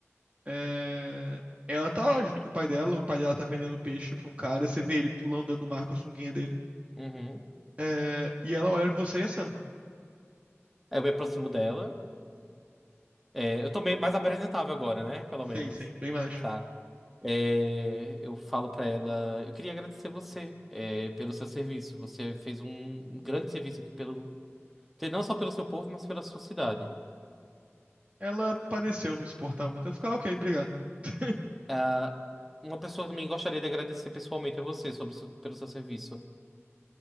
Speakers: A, on the right (about 30°); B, in the centre.
A: é, ela tá lá junto com o pai dela, o pai dela tá vendendo peixe pra um cara, você vê ele pulando dentro do mar com a sunguinha dele,
B: Uhum.
A: é, e ela olha pra você e acena.
B: Aí eu me aproximo dela. É, eu tô meio mais apresentável agora, né? Pelo
A: Sim,
B: menos.
A: sim, bem mais.
B: Tá. É, eu falo pra ela, eu queria agradecer você, é, pelo seu serviço. Você fez um, um grande serviço aqui pelo, não só pelo seu povo, mas pela sua cidade.
A: Ela pareceu não se portar muito, ela fica, "Ah, ok, obrigado. <laughs>
B: Ah, uma pessoa também gostaria de agradecer pessoalmente a você sobre o seu- pelo seu serviço.